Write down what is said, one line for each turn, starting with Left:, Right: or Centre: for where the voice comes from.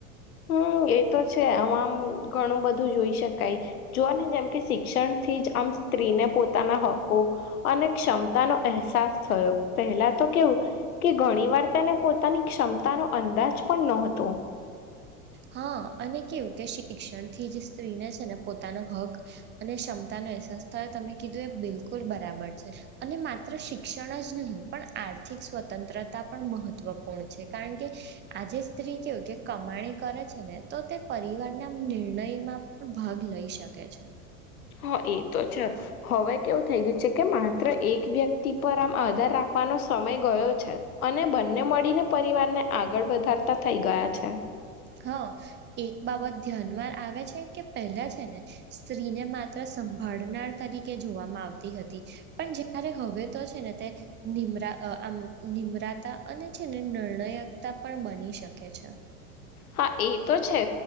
Left: હમ એ તો છે આમ ઘણું બધું જોઈ શકાય જો ને જેમ કે શિક્ષણથી જ આમ સ્ત્રીને પોતાના હકો અને ક્ષમતાનોો અહેસાસ થયો પહેલા તો કેવું કે ઘણી વાર તેને પોતાની ક્ષમતાનો અંદાજ પણ ન હતો
Right: હા અને કેવું કે શિક્ષણથી જે સ્ત્રીને છે, ને પોતાનો હક અને ક્ષમતા ન એહસાસ થાય તમે કીધું એ બિલકુલ બરાબર છે, અને માત્ર શિક્ષણ જ નહીં પણ આ થિક સ્વતંત્રતા પણ મહત્વપૂર્ણ છે, કારણ કે આજે સ્ત્રી કેવું કે કમાણી કરે છે, ને તો તે પરિવારના નિર્ણયમાં પણ ભાગ લઈ શકે છે.
Left: હા એ તો છે, હવે કેવું થઈ ગયું છે, કે માત્ર એક વ્યક ટી પર આમ આધાર રાખવાનો સમય ગયો છે, અને બંને મળીને પરિવારને આગળ વધા તા થઈ ગયા છે.
Right: હા એક બાબત ધ્યાનમાં આવે છે, કે પહેલા છે, ને સ્ત્રીને માત્ર સંભનાર તરીકે જોવામાં આવતી હતી પણ જ્યારે હવે તો છે, ને તે નિમરા અ આમ નિમ્રતા અને છે, ને નર્ણાયકતા પણ બની શકે છે.
Left: હા એ તો છે,